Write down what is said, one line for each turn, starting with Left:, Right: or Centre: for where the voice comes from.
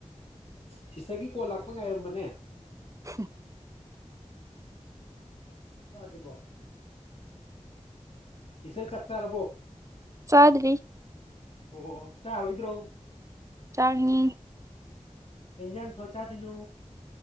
Left: ꯁꯤꯁꯇꯔꯒꯤ ꯀꯣꯜ ꯂꯥꯛꯄ ꯉꯥꯏꯔꯝꯕꯅꯦ
Right: <unintelligible>
Left: ꯆꯥꯗ꯭ꯔꯤꯕꯣ ꯏꯆꯥꯜ ꯆꯛ ꯆꯥꯔꯕꯣ
Right: ꯆꯗ꯭ꯔꯤ
Left: ꯑꯣ ꯑꯣ ꯆꯥꯔꯣꯏꯗ꯭ꯔꯣ
Right: ꯆꯔꯅꯤ
Left: ꯀꯩꯖꯥꯡ ꯊꯣꯡ ꯆꯥꯗꯣꯏꯅꯣ